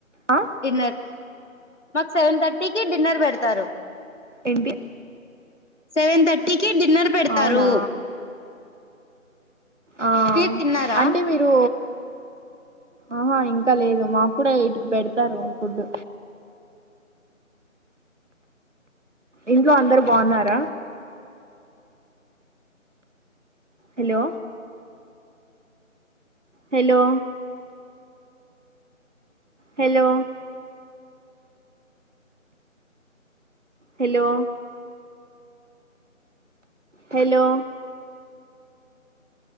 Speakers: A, on the right; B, on the left.
A: ఆ
B: డిన్నర్ మాకు సెవెన్ థర్టీకి డిన్నర్ పెడతారు
A: ఎంటి
B: సెవెన్ థర్టీకి డిన్నర్ పెడతారు
A: అవునా ఆ
B: మీరు తిన్నారా
A: అంటే మీరు ఆహా ఇంక లేదు మాకు కూడ ఎట్ పెడతారు ఫుడ్డు ఇంట్లో అందరు బాన్నార hello hello hello hello hello